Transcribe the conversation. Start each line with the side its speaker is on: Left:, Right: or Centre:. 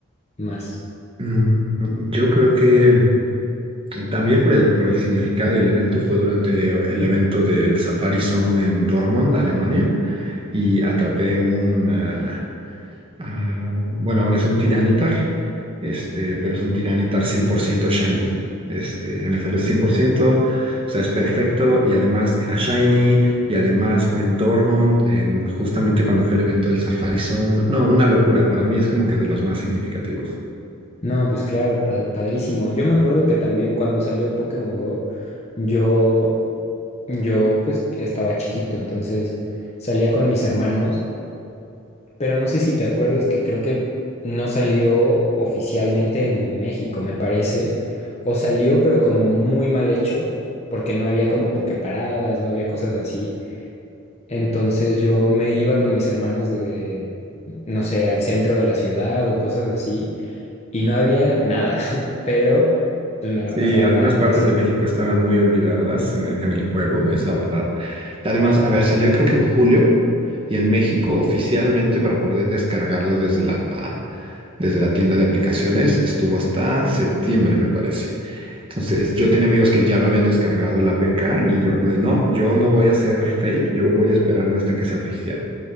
Left: más.
Right: Mm, Yo creo que También por el, por el significado y el evento fue durante el evento del Safari Zone en Dortmund, Alemania, y atrapé un, ah, ah, bueno, ahora es un Tiranitar, este, pero es un Tiranitar 100% shiny. Este, me salió 100%, o sea, es perfecto y además era shiny y además fue en Dortmund, en, justamente cuando fue el evento del Safari Zone. No, una locura, para mí es como que de los más significativos.
Left: No, pues claro, pa- padrísimo. Yo me acuerdo que también cuando salió Pokémon Go, yo, yo pues estaba chiquito, entonces salía con mis hermanos, pero no sé si te acuerdas que creo que no salió oficialmente en México, me parece, o salió pero como muy mal hecho, porque no había como pokeparadas, no había cosas así. Entonces yo me iba con mis hermanos de, no sé, al centro de la ciudad o cosas así, y no había nada, <laughs> pero pues me la
Right: Sí,
Left: pasaba
Right: algunas
Left: padre
Right: partes
Left: paseando.
Right: de México estaban muy olvidadas en el, en el juego, es la verdad. Y Además, a ver, salió creo que en julio y en México oficialmente para poder descargarlo desde la, desde la tienda de aplicaciones estuvo hasta septiembre, me parece. Entonces, yo tenía amigos que ya lo habían descargado el APK y yo, pues, no, yo no voy a hacer fake, yo voy a esperarme hasta que sea oficial.